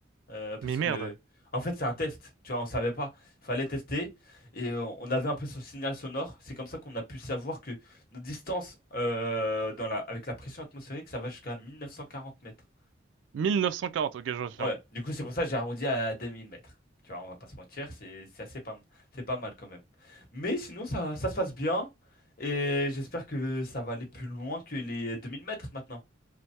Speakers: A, on the left; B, on the right.
A: Euh, parce
B: Mais merde.
A: que, en fait, c'est un test. Tu vois, on savait pas. Il fallait tester. Et euh, on avait un peu ce signal sonore. C'est comme ça qu'on a pu savoir que nos distances euh, dans la, avec la pression atmosphérique, ça va jusqu'à 1940 mètres.
B: 1940 ok je retiens.
A: Ouais. Du coup, c'est pour ça que j'ai arrondi à 2000 mètres. Tu vois, on va pas se mentir. C'est c'est assez pas, m- c'est pas mal quand même. Mais sinon, ça, ça se passe bien. Et j'espère que ça va aller plus loin que les 2000 mètres maintenant.